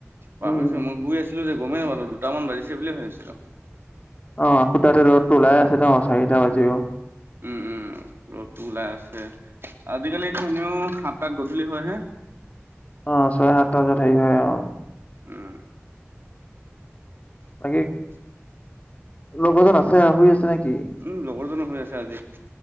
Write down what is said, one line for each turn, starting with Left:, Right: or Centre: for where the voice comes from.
Right: পাহৰিছো
Left: উম, উম।
Right: মই শুই আছিলোঁ যে গমেই নাপালো দুটামান বাজিছে বুলিয়ে ভাবিছিলোঁ।
Left: অঁ আকৌ তাতে ৰদটো ওলাই আছে ন চাৰিটা বাজিও।
Right: উম উম' ৰদটো ওলাই আছে আজিকালি এতিয়া এনেও সাত তাত গধূলি হয় হে।
Left: অঁ ছয় সাতটা বজাত হেই হয় আও।
Right: উম'
Left: তাকে-
Right: ইছ-
Left: লগৰ জন আছে আও শুই আছে না কি?
Right: উম' লগৰ জনো শুই আছে আজি